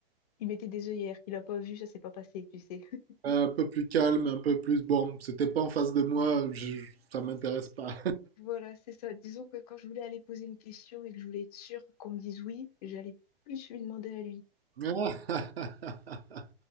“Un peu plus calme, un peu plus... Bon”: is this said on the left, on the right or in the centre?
Right